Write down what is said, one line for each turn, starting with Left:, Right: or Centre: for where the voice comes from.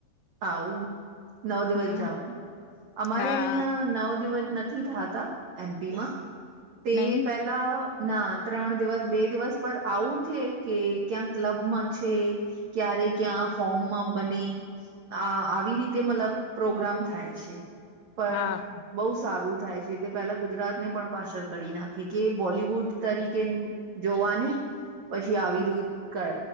Right: આવું. નવ દિવસ
Left: હમ
Right: જાવ. અમારે
Left: હા
Right: અહિયાં
Left: હા
Right: નવ દિવસ નથી થાત તા એમ પી માં. તે
Left: નહી
Right: પહેલા ના ત્રણ દિવસ, બે દિવસ પણ આવું થે ક્યાંક ક્લબમાં છે ક્યારે ક્યાં ફોર્મમાં બને આ આવી રીતે મતલબ પ્રોગ્રામ થાય છે. પણ
Left: હા હા
Right: બહુ સારું થાય છે. તે પહેલા ગુજરાત ને પણ પાછળ કરી નાખે. કે બોલિવૂડ તરીકેન જોવાને પછી આવી રીત કા